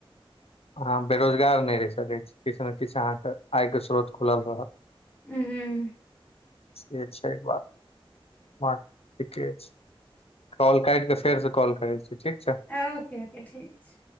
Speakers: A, on the left (about 85°); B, on the left (about 15°).
A: अहाँ बेरोजगार नहि रहि सकैत छी किछ ने किछ अहाँके आय के स्रोत खुलल रह
B: ह ह
A: से छै एक बात ब ठीके छै कॉल काट कऽ फेर से कॉल करै छीै ठीक छै
B: ओकेे ओके ठीक छै